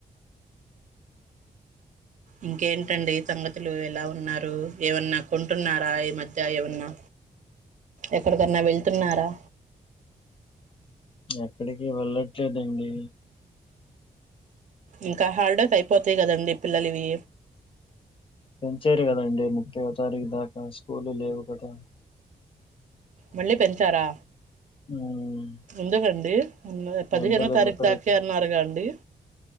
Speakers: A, on the right; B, on the left.
A: ఇంకేంటండి సంగతులు ఎలా ఉన్నారు ఏమన్నా కొంటున్నారా ఈ మధ్య ఏమన్నా ఎక్కడికన్నా వెళ్తున్నారా
B: ఎక్కడికి వెళ్ళట్లేదండి
A: ఇంకా హాలిడేస్ అయిపోతాయి కదండి పిల్లలవి
B: పెంచారు కదండి ముప్పై ఓ తారీఖు దాకా స్కూలు లేవు కదా
A: మళ్ళీ పెంచారా
B: హ్మ్
A: ఎందుకండి పదిహేనో
B: ఎండలు
A: తారీఖు
B: విపరీత
A: దాకే అన్నారుగా అండి